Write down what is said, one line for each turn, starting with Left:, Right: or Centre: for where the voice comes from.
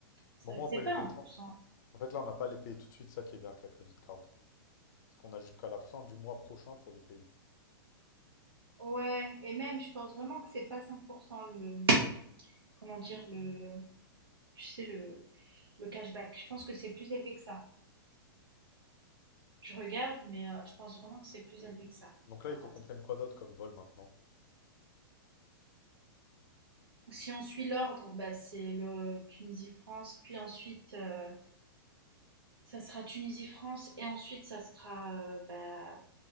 Right: Ça
Left: Bon, moi,
Right: c'est
Left: on peut
Right: pas
Left: les payer.
Right: un
Left: tra-
Right: pour cent
Left: En fait, là, on n'a pas à les payer tout de suite, ça qui est bien avec la credit card. Parce qu'on a jusqu'à la fin du mois prochain pour les payer.
Right: Ouais, et même, je pense vraiment que c'est pas 5% le, comment dire, le, tu sais, le, le cashback. Je pense que c'est plus élevé que ça. Je regarde, mais euh, je pense vraiment que c'est plus élevé que ça.
Left: Donc là,
Right: Alors,
Left: il faut
Right: attends.
Left: qu'on prenne quoi d'autre comme vol maintenant?
Right: Si on suit l'ordre, bah, c'est le Tunisie-France, puis ensuite, euh, ça sera Tunisie-France, et ensuite, ça sera euh, bah,